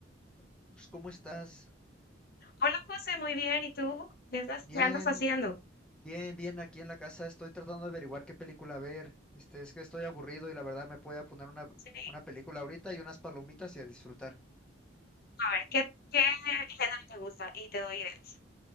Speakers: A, in the centre; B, on the left (about 50°).
A: Hola Luz, ¿cómo estás?
B: Hola José, muy bien. ¿Y tú? ¿Qué andas,
A: Bien,
B: qué andas haciendo?
A: bien, bien, aquí en la casa estoy tratando de averiguar qué película ver. Este, es que estoy aburrido y la verdad me voy a poner una,
B: Sí,
A: una película ahorita y unas palomitas y a disfrutar.
B: a ver, ¿qué, qué género te gusta? Y te doy ideas.